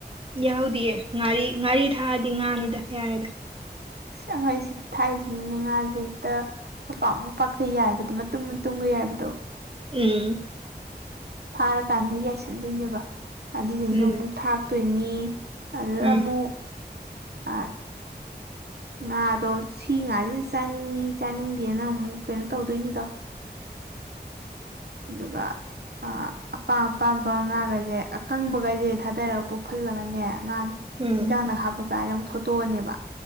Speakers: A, on the right; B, on the right.
A: ꯌꯥꯎꯗꯤꯌꯦ ꯉꯥꯔꯤ ꯉꯥꯔꯤ ꯊꯥꯛꯑꯗꯤ ꯉꯥꯅꯤꯗ ꯌꯥꯔꯦꯗ
B: ꯑꯁ ꯑꯈꯣꯏ ꯁꯤ ꯊꯥꯏꯁꯤꯅꯅꯦ ꯉꯥꯥꯁꯦ ꯍꯦꯛꯇ ꯃꯄꯥꯛ ꯃꯄꯥꯛꯀ ꯌꯥꯏꯕꯗꯣ ꯃꯇꯨꯝ ꯃꯇꯨꯡꯒ ꯌꯥꯏꯕꯗꯣ
A: ꯎꯝ
B: ꯐꯥꯔꯀꯥꯟꯗ ꯌꯥꯏꯁꯟꯗꯣꯏꯅꯦꯕ ꯑꯗꯨꯁꯤꯡꯗꯣ
A: ꯎꯝ
B: ꯑꯃꯨꯛ ꯊꯥꯛꯇꯣꯏꯅꯤ꯫ ꯑꯗꯨꯗ
A: ꯎꯝ
B: ꯑꯃꯨꯛ ꯑ
A: <inaudible>
B: ꯉꯥꯗꯣ ꯁꯤ ꯉꯥꯁꯤꯁꯨ ꯆꯥꯅꯤꯡꯉꯤ ꯆꯥꯅꯤꯡꯗꯦꯅ ꯑꯃꯨꯛ ꯀꯩꯅꯣ ꯇꯧꯗꯣꯏꯅꯤꯗꯣ꯫ ꯑꯗꯨꯒ ꯑ ꯑꯄꯥꯝ ꯑꯄꯥꯝꯕ ꯉꯥꯒꯩꯁꯦ ꯑꯀꯪꯕꯒꯩꯁꯦ ꯊꯥꯗꯔꯒ ꯄꯨꯞꯍꯜꯂꯒꯅꯦ ꯉꯥ
A: ꯎꯝ
B: ꯏꯟꯖꯥꯡꯅ ꯍꯥꯞ ꯖꯥꯔ ꯌꯥꯝ ꯊꯣꯠꯇꯣꯛꯑꯅꯤꯕ꯫